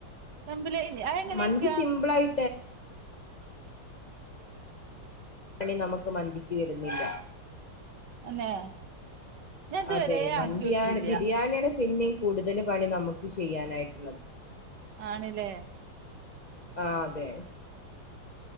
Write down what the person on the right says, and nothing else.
വെമ്പില് അതെങ്ങനെയൊക്കെയാ
അന്നെ ഞാൻ ഇതുവരെ
ആക്കി നോക്കിയില്ല
ആണില്ലേ